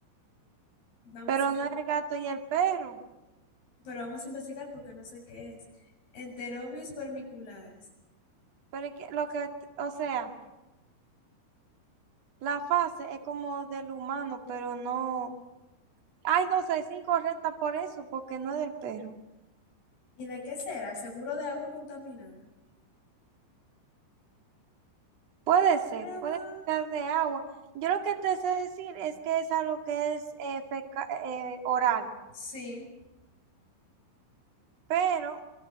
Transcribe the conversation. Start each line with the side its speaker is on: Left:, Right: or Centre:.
Left: vamos,
Right: Pero no es el gato y el perro.
Left: pero vamos a investigar porque no sé qué es. Enterobius vermicularis.
Right: Pero es que lo que, o sea, la fase es como del humano, pero no. Ay, no sé, es incorrecta por eso, porque no es del perro.
Left: ¿Y de qué será? Seguro de agua contaminada.
Right: Puede ser,
Left: ¿De agua?
Right: puede ser de agua. Yo lo que te sé decir es que es algo que es eh, feca- eh, oral,
Left: Sí.
Right: pero